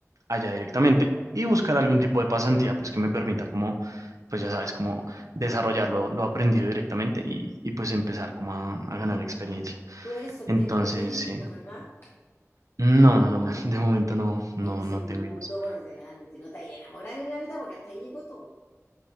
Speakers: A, on the right (about 80°); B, on the left (about 50°).
A: allá directamente y buscar algún tipo de pasantía pues que me permita como, pues ya sabes, como desarrollar lo, lo aprendido directamente y, y, pues empezar como a, a ganar experiencia.
B: tú eres soltero,
A: Entonces,
B: no tienes hijos,
A: sí.
B: ¿verdad?
A: No, no, no, <laughs> de momento no, no,
B: Tienes
A: no
B: el
A: tengo
B: mundo
A: hijos.
B: por delante. No te hay enamorar en la mitad porque hasta ahí llegó todo.